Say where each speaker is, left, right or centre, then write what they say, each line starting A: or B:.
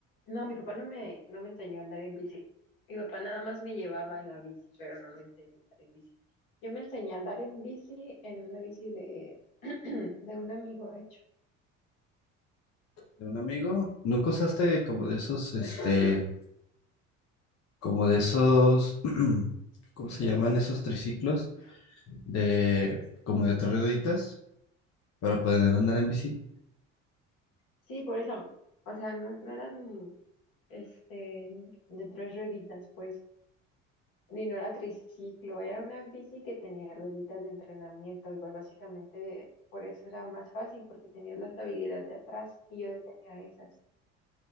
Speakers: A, on the left (about 65°); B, on the left (about 45°).
A: No, mi papá no me, no me enseñó a andar en bici. Mi papá nada más me llevaba en la bici, pero no me enseñó a andar en bici. Yo me enseñé a andar en bici en una bici de, <clears throat> de un amigo, de hecho.
B: de un amigo. ¿Nunca usaste como de esos, este, como de esos, <clears throat> ¿cómo se llaman esos triciclos? De, como de tres rueditas para poder andar en bici.
A: Sí, por eso. O sea, no, no eran este de tres rueditas, pues. Ni no era triciclo, era una bici que tenía rueditas de entrenamiento y pues básicamente por eso era más fácil porque tenía la estabilidad de atrás y yo no tenía esas.